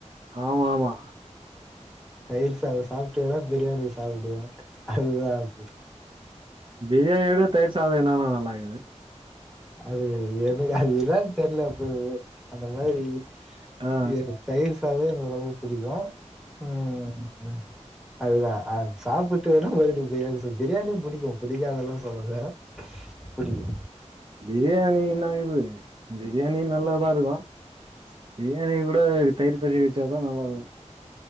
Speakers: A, on the right; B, in the centre.
A: ஆமாமா
B: தயிர் சாதோ சாப்ட்டேனா பிரியாணி சாப்டுவே அதுதா அப்டி
A: பிரியாணியோட தயிர் சாத என்னன்னா நல்லாக்கிது
B: அது எனுக் அதுதா தெரில ப்பு அந்த மாரி
A: ஆ
B: இது தயிர் தவே ரொம்ப புடிக்கு ம் அதுதா அது சாப்புட்டு வேணா மறுடி பிரியாணி பிரியாணி புடிக்கு புடிக்காதுல்லா சொல்லல புடிக்கு
A: பிரியாணின இது பிரியாணி நல்லாதா இருக்கு பிரியாணி கூட தயிர் பச்சடி வச்சாதா நல்லாருக்கு